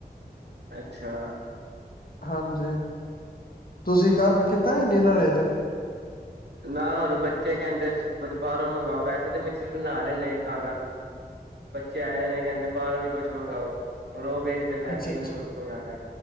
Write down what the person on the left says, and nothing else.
ਹਾਂਜੀ, ਤੁਸੀਂ ਕਰ ਕੀਤਾ ਨੀ ਡਿਨਰ ਹਜੇ ਤੱਕ?
ਅੱਛਾ,
ਅੱਛਾ